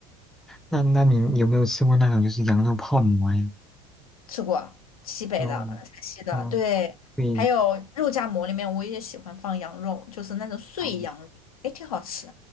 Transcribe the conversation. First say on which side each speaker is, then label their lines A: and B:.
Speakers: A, in the centre; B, on the left.
A: 那那你有没有吃过那种就是羊肉泡馍呀？
B: 吃过西北的、
A: 嗯
B: 陕西的，
A: 嗯，
B: 对，
A: 对，
B: 还有肉夹馍里面我也喜欢放羊肉，就是那种碎羊肉，
A: 哦
B: 哎，挺好吃。